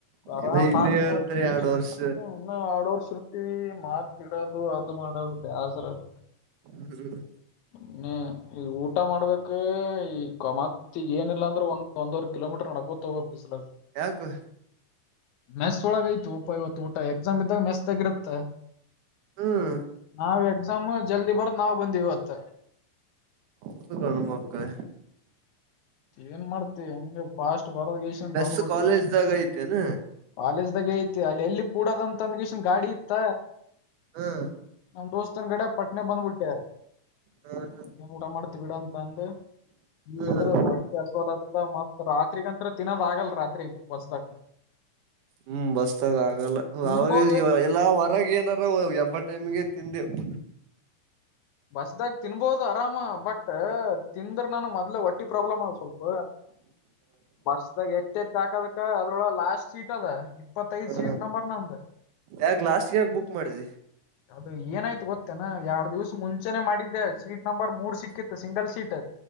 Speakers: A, on the left; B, on the right.
A: ಆರಾಮ್
B: ಇನ್ನ ಇಲ್ಲೇ
A: ಹಾಕೊಂತ
B: ಇರ್ತಾರೆ
A: ಖುಷಿಯಿನ
B: ಎರ್ಡ್ ವರ್ಷ
A: ಹ್ಮ್ ಇನ್ನು ಆಡೋರ್ಸರ್ತೀವಿ ಮಾತ <unintelligible> ಅದು ಮಾಡೋದು ಬೇಸರದು
B: ಹ್ಮ್
A: ಇನ್ನ ಈಗ ಊಟ <unintelligible> ಮಾಡ ಮಾಡ್ಬೇಕ ಈ ಮತ್ ಏನಿಲ್ಲ ಅಂದ್ರೆ ಒಂದ ಒಂದವರ್. ಕಿಲೋಮೀಟರ್ ನಡ್ಕೋತ ಹೋಗಬೇಕಕ್ ಬಿಸಲ
B: ಯಾಕು.
A: ಮ್ಯಾಥಸ್ ಒಳಗ ಯ್ತು ಉಪ ಇವತ್ತು ಊಟ ಎಕ್ಸಾಮ್ ಇದ್ದಾಗ ಮ್ಯಾಥ್ದಾಗ ಇರುತ್ತೆ
B: ಹ್ಮ್
A: ನಾವ್ ಎಕ್ಸಾಮ್ ಜಲ್ದಿ ಬರ್ದ್ ನಾವವು ಬಂದವ ಅತ್ತ.
B: ಹೌದು ಗಂಡು ಮಕ್ಕಳೇ.
A: ಏನ್ ಮಾಡ್ತಿ ಹೆಂಗೆ ಫಾಸ್ಟ್ ಬರದ್ ಗೀಷನ್
B: ನೆಸ್
A: ಬಂದ್ಬಿಟ್ಟಿ
B: ಕಾಲೇಜ್ದಾಗ ಐತೆೇನ
A: ಕಾಲೇ <unintelligible> ಜ್. ಐತಿ ಅಲ್ಲಿ ಎಲ್ಲಿ ಕೂಡದಂತ <unintelligible> ಂದಗಷನ್ ಗಾಡಿ ಇತ್ತ
B: ಹ್ಮ್
A: ನಮ ದೋಸ್ತನ್ ಗಡೆ ಪಟ್ನೆ ಬಂದ್ಬಿಟ್ಟೆ
B: ಹ್ಮ್
A: ಏನ್ ಊಟ ಮಾಡ್ತ ಬಿಿಡ ಅಂತ ಅಂದ ಈಗಿದ್ರಟ್ಟ
B: ಹ್ಮ್
A: <unintelligible> ಸವಲತ್ತ ಮತ್ ರಾತ್ರಿಗಂತ ತಿನ್ನೋದಗಲ್ಲ ರಾತ್ರಿರಿಗೆ. ಬಸ್ತಕ.
B: ಹ್ಮ್ ಬಸ್ತಾಗ ಆಗಲ್ಲ
A: ತಿನ್ಬೋದು
B: ಅವಾಗ ಎಲ್ಲಾ ಹೊರಗ ಏನಾರ ಎಬ್ಬ ಟೈಮಗೆ. ತಿಿಂದೆವು.
A: ಬಸ್ದ. ತಿನ್ಬಹದು ಆರಾಮ ಬಟ್ ತಿಂದ್ರೆ ನಾನ ಮೊದ್ಲೆ ಒಟ್ಟಿ ಪ್ರಾಬ್ಲಮ್ ಅ ಸ್ವಲ್ಪ ಬಸ್ದಾಗ ಎಚ್ ಹೆಚ್ ಹಾಕದಕ ಅದ್ರೊಳ ಲಾಸ್ಟ್. ಸೀಟ್ ಅದ. ಇಪ್ಪತ್ತೈದ್ ಸೀಟ್
B: ಹ
A: ನಂಬರ್ ನಂದ್
B: ಯಾಕ ಲಾಸ್ಟ್ ಯಾಕ ಬುಕ್ ಮಾಡಿದ.
A: ಅದು ಏನಾಯ್ತು ಗೊತ್ತೇನಾ ಯಾವ. ಮುಂಚೆನೆ ಮಾಡಿದ್ದೆ ಸೀಟ್ ನಂಬರ್ ಮೂರ್ ಸಿಕ್ಕಿತ್ತು ಸಿಂಗಲ್ ಸೀಟ್.